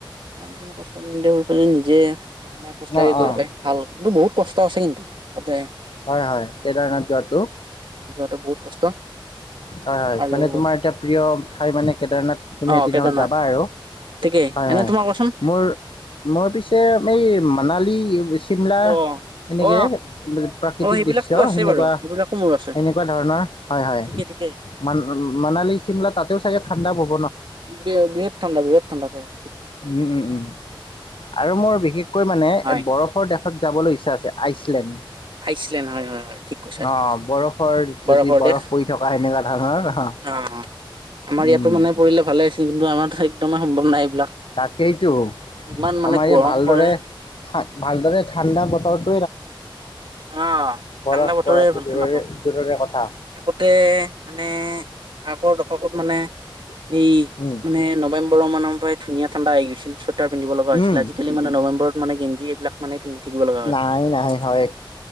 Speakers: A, on the right; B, on the left.
A: ইমান কষ্ট <unintelligible> নিজে। মানে খোজকাঢ়ি
B: অঁ
A: গৈ
B: অঁ
A: পাই। ভাল, কিন্তু বহুত- আছে কিন্তু তাতে-
B: হয় হয়। কেদাৰনাথ যোৱাতো।
A: টো বহুত কষ্ট।
B: হয় হয়,
A: আৰু
B: মানে তোমাৰ এতিয়া প্ৰিয় ঠাই মানে কেদাৰনাথ তুমি
A: অ
B: এদিন
A: কেদাৰনাথ
B: হ'লেও যাবা আৰু।
A: ঠিকেই
B: হয়
A: এনে
B: হয়,
A: তোমাৰ কোৱাচোন
B: মোৰ মোৰ পিছে এই- মানালী অৱশ্যে- চিমলা
A: অ
B: এনেকে
A: অ
B: প্ৰাকৃতিক
A: অ সেইবিলাকতো
B: দৃশ্য,
A: আছে
B: সেনেকুৱা
A: বাৰু সেইবিলাকো মোৰ আছে
B: এেনেকুৱা ধৰণৰ। হয় হয়।
A: ঠিকে ঠিকে
B: মান, মানালী চিমলা তাতেও চাগে ঠাণ্ডা বহুত।
A: উম, বহুত ঠাণ্ডা বহুত ঠাণ্ডা ঠাই।
B: উম উম উম। আৰু মোৰ বিশেষকৈ মানে এ
A: হয়
B: বৰফৰ দেশত যাবলৈ ইচ্ছা আছে। যে আইচলেণ্ড।
A: আইচলেণ্ড হয়, হয়, হয়, ঠিক কৈছা ঠিক
B: অ'
A: কৈছো।
B: বৰফৰ যদি
A: বৰফৰ
B: বৰফ
A: দেশ।
B: পৰি থকা সেনেকুৱা ধৰণৰ অ'।
A: অঁ, আমাৰ
B: উম,
A: ইয়াতো মানে পৰিলে ভালে আছিল, কিন্তু আমাৰ একদমেই সম্ভৱ নাই এইবিলাক।
B: তাকেইতো।
A: ইমান মানে
B: আমাৰ ইয়াত
A: গৰম
B: ভালদৰে-
A: পৰে
B: থা, ভালদৰে ঠাণ্ডা বতৰত-
A: অ',
B: বৰফ
A: ঠাণ্ডা বতৰে
B: পৰাটো
A: ভালকে
B: দূৰৰে
A: নাপাওঁ।
B: দূৰৰে কথা।
A: আগতে মানে আগৰ দশকত মানে, এই
B: উম,
A: মানে নৱেম্বৰৰ মানৰ- পৰাই ধুনীয়া ঠাণ্ডা আহিগৈছিল চত- চোৱেতাৰ পিন্ধিব লগা হৈছিল।
B: উম,
A: আজি-কালি মানে নৱেম্বৰত- মানে গেঞ্জি এইবিলাক মানে। পিন্ধি থাকিব লগা হয়।
B: নাই নাই হয়